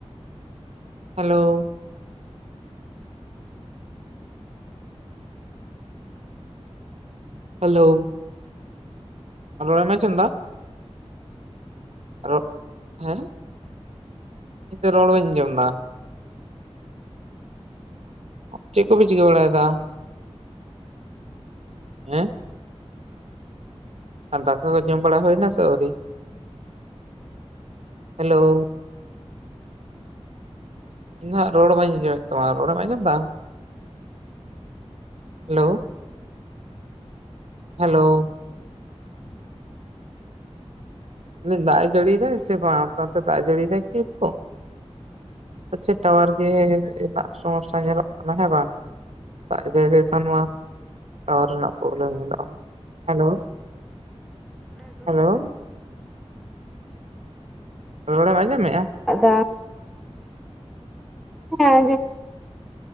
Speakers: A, on the right (about 75°); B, in the centre.
A: ᱦᱮᱞᱳ ᱦᱮᱞᱳ ᱨᱚᱲᱮᱢ ᱟᱸᱡᱚᱢ ᱫᱟ? ᱨᱚ, ᱦᱮᱸ? ᱤᱧ ᱫᱚ ᱨᱚᱲ ᱵᱟᱹᱧ ᱟᱸᱡᱚᱢ ᱮᱫᱟ᱾ ᱪᱮᱫ ᱠᱚᱯᱮ ᱪᱤᱠᱟᱹ ᱵᱟᱲᱟᱭ ᱮᱫᱟ? ᱦᱮᱸ ᱟᱨ ᱫᱟᱠᱟ ᱠᱚ ᱡᱚᱢ ᱵᱟᱲᱟ ᱦᱩᱭᱱᱟ ᱥᱮ ᱟᱹᱣᱨᱤ? ᱦᱮᱞᱳ ᱤᱧ ᱫᱚ ᱦᱟᱸᱜ ᱨᱚᱲ ᱵᱟᱹᱧ ᱟᱸᱡᱚᱢᱮᱫ ᱛᱟᱢᱟ, ᱨᱚᱲᱮᱢ ᱟᱸᱡᱚᱢ ᱮᱫᱟ? ᱦᱮᱞᱳ, ᱦᱮᱞᱳ ᱞᱟᱹᱭ ᱫᱟᱜ ᱮ ᱡᱟᱲᱤᱭ ᱫᱟ ᱥᱮ ᱵᱟᱝ ᱟᱯᱮ ᱚᱱᱛᱮ ᱫᱟᱜ ᱮ ᱡᱟᱲᱤᱭ ᱫᱟᱭ ᱠᱤ ᱦᱤᱛᱳᱜ? ᱟᱪᱪᱷᱟ ᱴᱟᱣᱟᱨ ᱜᱮ ᱨᱮᱱᱟᱜ ᱥᱚᱢᱚᱥᱥᱟ ᱧᱮᱞᱚᱜ ᱠᱟᱱᱟ ᱦᱮᱸ ᱵᱟᱝ? ᱫᱟᱜ ᱡᱟᱹᱲᱤ ᱞᱮᱠᱷᱟᱱ ᱢᱟ ᱴᱟᱣᱟᱨ ᱨᱮᱱᱟᱜ ᱯᱨᱳᱵᱞᱮᱢ ᱧᱮᱞᱚᱜᱼᱟ, ᱦᱮᱞᱳ᱾ ᱦᱮᱞᱳ ᱨᱚᱲᱮᱢ ᱟᱸᱡᱚᱢᱮᱜᱼᱟ?
B: ᱟᱫᱚ ᱦᱮᱸ ᱟᱸᱡᱚ